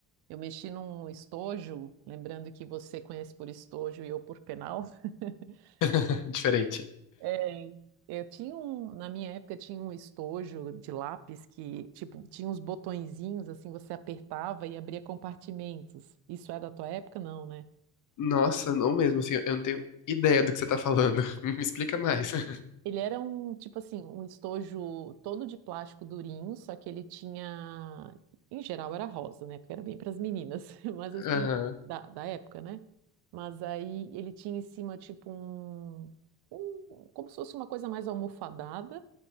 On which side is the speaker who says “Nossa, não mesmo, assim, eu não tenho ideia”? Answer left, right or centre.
Left